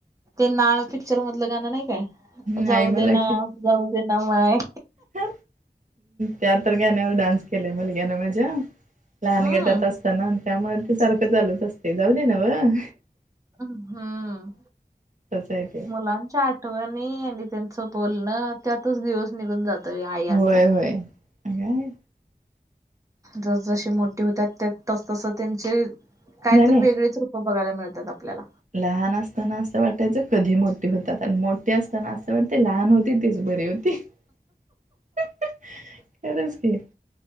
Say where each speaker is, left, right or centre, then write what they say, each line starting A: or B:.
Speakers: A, on the right; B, on the right.
A: ते नाळ पिक्चर मधलं गाणं नाही काय
B: हम्म
A: जाऊ
B: आई मला
A: दे ना जाऊ दे ना माय
B: ह त्या तर गाण्यावर डान्स केलाय मुलग्यानं माझ्या लहान
A: हम्म
B: गटात अस त्यामुळे ते सारखं चालत असते जाऊ दे नव्हं
A: हम् हम
B: तसं आहे ते
A: मुलांच्या आठवणी आणि त्यांच बोलणं त्यातच दिवस निघून जातोय आईयांचा
B: होय होय काय
A: जस जसे मोठे होत्या त्या तसतसं त्यांचे काय
B: नाही
A: तरी
B: नाही
A: वेगळेच खूप बघायला मिळतात आपल्याला
B: लहान असताना असं वाटायच कधी मोठे होतात आणि मोठी असताना असं वाटते लहान होती तीच बरी होती ती खरंच की <inaudible>